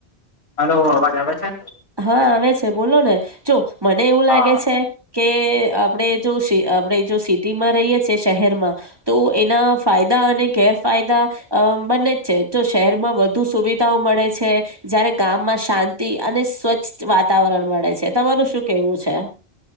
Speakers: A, on the left; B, on the right.
A: હલો અવાજ આવે છે.
B: હા આવે છે બોલો ને જો મને એવું લાગે
A: હા
B: છે કે આપડે જો. સી આપણે જો સિટીમાં રહીએ છે શહેરમાં તો એના ફાયદા અને ગેરફાયદા અ બને જ છે જો શહેરમાં વધુ સુવિધાઓ મળે છે જયારે ગામમાં શાંતિ અને સ્વચ્છ વાતાવરણ મળે છે તમારું શું કેવું છે.